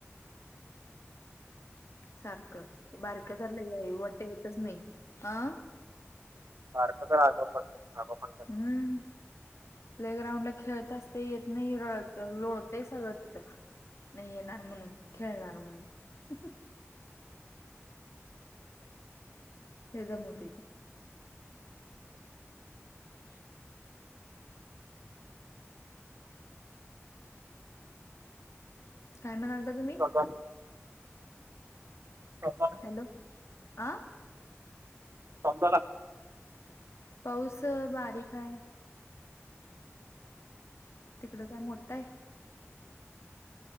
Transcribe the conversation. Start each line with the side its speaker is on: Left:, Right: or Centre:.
Left: सारखं, बारक झालंय वट येतच नाही, अं?
Right: फ <unintelligible>
Left: हम्म. प्ले ग्राउंड ला खेळताच ते येत नही, रळत-लोळत सगळं तिथं. नही येणार म्हणून, खेळणार म्हणून. लई दमवत ते. <inaudible> काय म्हणालता तुम्ही?
Right: <unintelligible> <unintelligible>
Left: हॅलो? आं?
Right: पाऊस झाला?
Left: पाऊस अ बारीक हाय. तिकडं काय मोठाय?